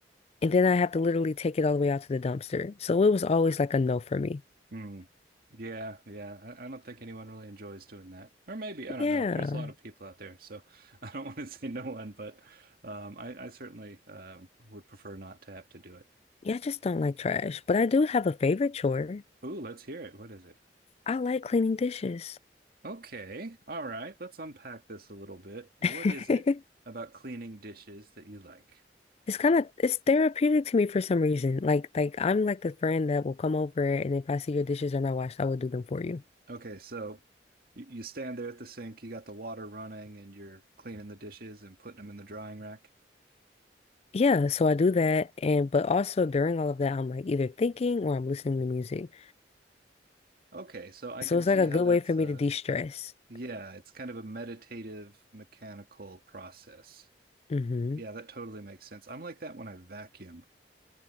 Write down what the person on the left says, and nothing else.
and then I have to literally take it all the way out to the dumpster. So it was always like a no for me.
Yeah.
Yeah, I just don't like trash. But I do have a favorite chore.
I like cleaning dishes.
<laughs>
It's kind of it's therapeutic to me for some reason. Like like I'm like the friend that will come over and if I see your dishes are not washed, I will do them for you.
Yeah, so I do that and but also during all of that I'm like either thinking or I'm listening to music.
So
it's
like a
good
way for me
to de-stress.
hmm